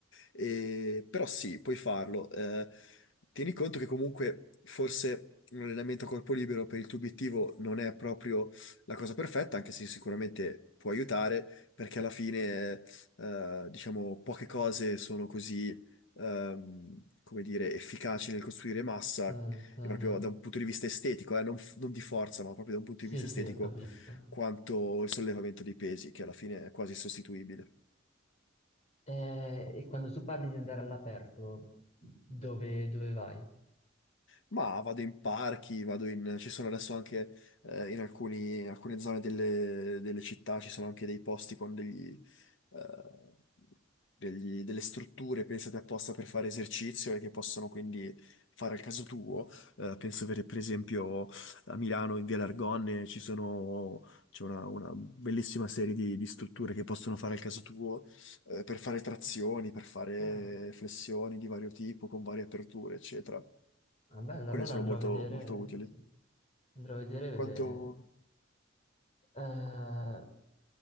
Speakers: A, on the left; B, on the left.
A: E- però sì, puoi farlo. Eh, tieni conto che comunque forse un allenamento a corpo libero per il tuo obiettivo non è proprio la cosa perfetta, anche se sicuramente può aiutare, perché alla fine, eh, diciamo, poche cose sono così ehm, come dire, efficaci nel costruire massa,
B: Ah, ah,
A: e proprio
B: ah.
A: da un punto di vista estetico, eh, non, f- non di forza, ma proprio da un punto
B: Sì,
A: di vista
B: sì,
A: estetico,
B: capisco.
A: quanto il sollevamento dei pesi, che alla fine è quasi sostituibile.
B: Eh, e quando tu parli di andare all'aperto, dove, dove vai?
A: Ma vado in parchi, vado in... ci sono adesso anche eh, in alcuni- in alcune zone delle, delle città, ci sono anche dei posti con degli, eh, degli- delle strutture pensate apposta per fare esercizio e che possono quindi fare al caso tuo. Eh, penso per, per esempio a Milano in Via L'Argonne ci sono, c'è una, una bellissima serie di, di strutture che possono fare al caso tuo eh, per fare trazioni, per fare
B: Ah,
A: flessioni di vario tipo, con varie aperture, eccetera.
B: ah, bello,
A: Quelle
B: allora
A: sono
B: andrò
A: molto,
B: a vedere,
A: molto utili.
B: sì. Andrò a vedere, vedere.
A: Quanto...
B: Eh,